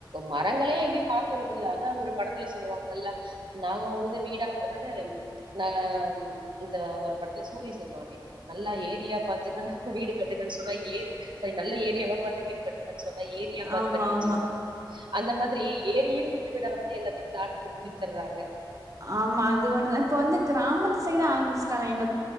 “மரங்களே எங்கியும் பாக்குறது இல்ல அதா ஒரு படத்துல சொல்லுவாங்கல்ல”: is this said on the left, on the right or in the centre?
Right